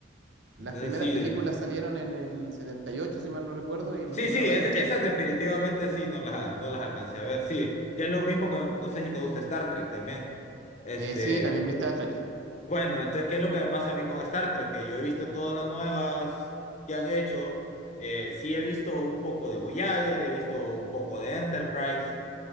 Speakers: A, on the right; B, on the left.
A: Las
B: Entonces,
A: primeras
B: sí.
A: películas
B: eh,
A: salieron en el 78 si mal no recuerdo, y en
B: Sí,
A: los primeros
B: sí,
A: años
B: es- esas
A: 80.
B: definitivamente sí no las, no las alcancé a ver. Sí, que es lo mismo que, no sé si te gusta Star Trek también. Este,
A: Eh, sí, también
B: que-
A: viste a Trek.
B: bueno, entonces, ¿qué es lo que me pasa a mí con Star Trek? Que yo he visto todas las nuevas que han hecho. Eh, sí he visto un poco de Voyager, he visto un poco de Enterprise.